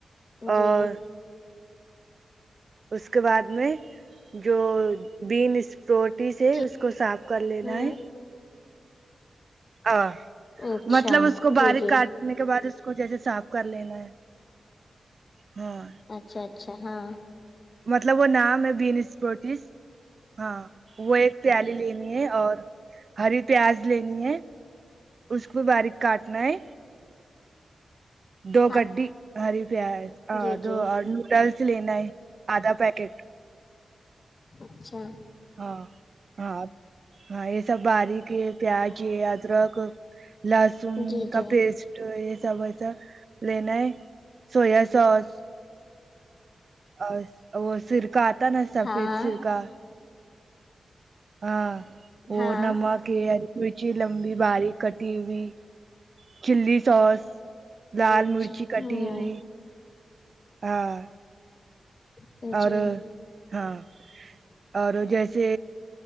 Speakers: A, on the left; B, on the right.
A: جی
B: اور اس کے بعد میں جو بینس پروٹی سے
A: جی
B: اس کو صاف کر لینا
A: ہوں
B: ہے ا
A: اچھا
B: مطلب اس کو
A: جی
B: باریک
A: جی
B: کاٹ نے کے بعد اس کو جیسے صاف کر لینا ہے ہاں
A: اچھا اچھا ہاں
B: مطلب وہ نام ہے بینس اسپوٹس ہاں وہ ایک پیا لی لینی ہے اور ہری پیاز لینی ہے اس وہ باریک کاٹناہے دو
A: ہاں
B: گڈی ہری پیاز ہ
A: جی
B: دو
A: جی
B: اور نوڈلس لینا ہے آدھا پیکٹ
A: اچھا
B: ہاں ہاں ہاں یہ سب باریک یہ پیاز یہ ادرک لہسن
A: جی
B: کا
A: جی
B: پیسٹ یہ سب ایسا لینا ہے سویا سوس اور وہ سرکہ آتا نا سفید
A: ہاں
B: سرکہ
A: ہاں
B: ہاں وہ
A: ہاں
B: نمک مرچی لمبی باریک کٹی ہوئی چلی سوس لال
A: اچھا
B: مرچی کٹی
A: ہوں
B: ہوئی ہاں
A: ہ جی
B: اور ہاں اور جیسے